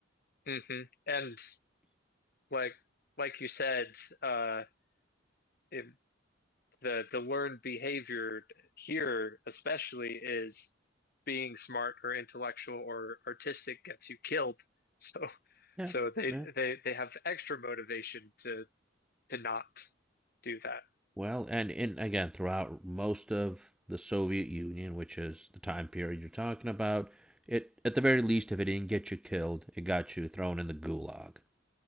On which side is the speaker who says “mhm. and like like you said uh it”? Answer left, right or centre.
Left